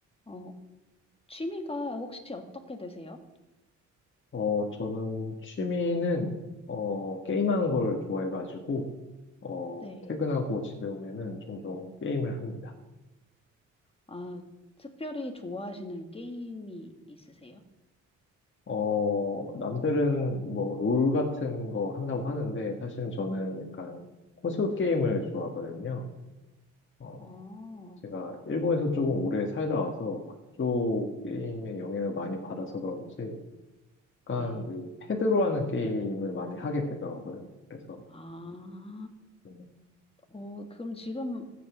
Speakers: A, on the left; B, on the left.
A: 어, 취미가 혹시 어떻게 되세요?
B: 어, 저는 취미는, 어, 게임하는 걸 좋아해가지고, 어,
A: 네.
B: 퇴근하고 집에 오면은 종종 게임을 합니다.
A: 아, 특별히 좋아하시는 게임이 있으세요?
B: 어, 남들은 뭐, 롤 같은 거 한다고 하는데, 사실은 저는 약간 콘솔 게임을 좋아하거든요. 어,
A: 아,
B: 제가 일본에서 조금 오래 살다 와서 그쪽 게임에 영향을 많이 받아서 그런지, 약간
A: 네.
B: 이 패드로 하는 게임을 많이 하게 되더라고요. 그래서,
A: 아,
B: 음,
A: 어, 그럼 지금